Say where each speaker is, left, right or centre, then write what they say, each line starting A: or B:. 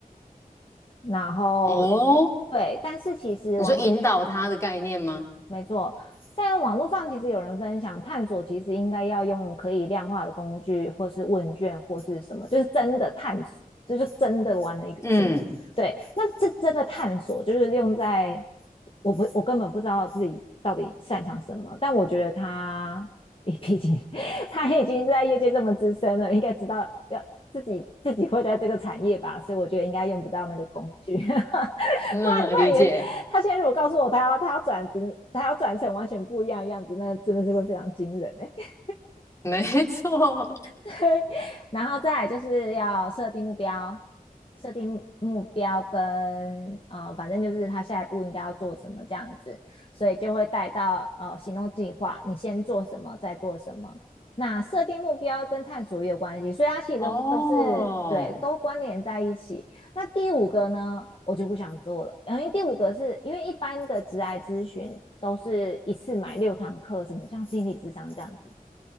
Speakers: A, on the left (about 35°); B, on the left (about 20°).
A: 然后
B: 哦，
A: 对，但是其实网络
B: 你说引导他的概念吗？
A: 没错，在网络上其实有人分享，探索其实应该要用可以量化的工具，或是问卷，或是什么，就是真的探索，这就真的玩了一个什么。
B: 嗯
A: 对，那这真的探索就是用在，我不，我根本不知道自己到底擅长什么，但我觉得他，毕竟他已经在业界这么资深了，应该知道要自己自己会在这个产业吧，所以我觉得应该用不到那个工具，<laughs> 不然不然也他现在如果告诉我他要他要转职，
B: 嗯，理解，
A: 他要转成完全不一样的样子，那真的是会非常惊人哎、欸。
B: 没错，
A: <laughs> 然后再来就是要设定目标，设定目标跟呃，反正就是他下一步应该要做什么这样子，所以就会带到呃行动计划，你先做什么，再做什么。那设定目标跟探索也有关系，所以它其实都是都是对都关联在一起。
B: 哦。
A: 那第五个呢，我就不想做了，呃因为第五个是因为一般的职涯咨询都是一次买六堂课，什么像心理智商这样子，